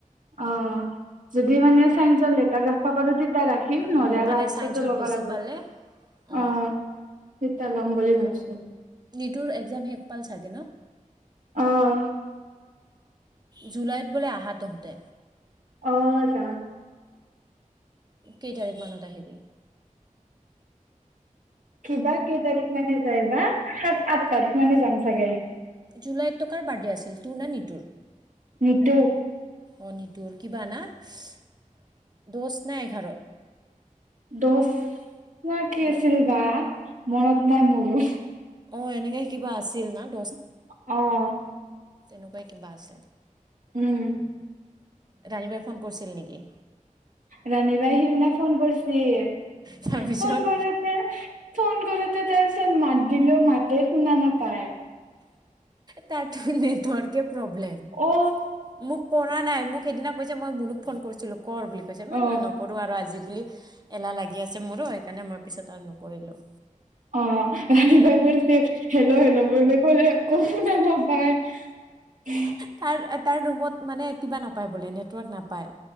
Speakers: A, on the right; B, on the right.
A: অ' যদি মানে চাই লেটাৰ ৰাখবা পাৰো তেতিয়া ৰাখিম নহলে
B: উম,
A: আৰু
B: মানে
A: আৰ্টছ
B: ছাইন্সত
A: লবা
B: বেছি
A: লাগবো
B: পালে অ'।
A: ল'ম বুলি ভাবিছো
B: নিতুৰ একজাম শেষ পাল চাগে ন
A: অহ
B: জুলাইত বোলে আহ তহঁতে।
A: অ' জানো
B: কেই তাৰিখ মানত আহিবি।
A: কিবা কেই তাৰিখ মানে যাই বা সাত আঠ তাৰিখ মানে যাম চাগে।
B: জুলাইত কাৰ বাৰ্থডে আছিল তোৰ ন নিতুৰ
A: নিতু
B: অ টোৰ কিবা না <unintelligible> ধাৰ,
A: দহ ন কি
B: দ
A: আছিল বা মনত নাই মোৰো
B: অ' এনেকে কিবা আছিল না দ
A: অ'
B: তেনেকুৱাই কিবা আছিল।
A: উম!
B: ৰাণী বাই ফোন কৰিছিল নেকি?
A: ৰাণী বাই ফোন কৰিছিল
B: তাৰপিছত
A: ফোন কৰিছে ফোন, কৰোতে তাৰ পিছত মাত দিলেও মাতে শুনা নাপায়।
B: তাত ন নেটৱৰ্ক, একে প্ৰব্লেম
A: অ
B: মোক কৰা নাই মোক সেইদিনা কৈছে মই মনুক ফোন কৰিছিলোঁ কৰ বুলি কৈছে ম
A: অ অ
B: নকৰোঁ আৰু আজি বুলি এলাহ লাগি আছে মোৰো সেইকাৰণে মই পিছত আৰু নকৰো। কৰিলোঁ।
A: অ ৰাতিপা কৰিছিল হেল্ল' হেল্ল' বুলি ক ক ন নাপায়,
B: তাৰ তাৰ ৰুমত মানে কিবা নাপায়। বোলে নেটৱৰ্ক নাপায়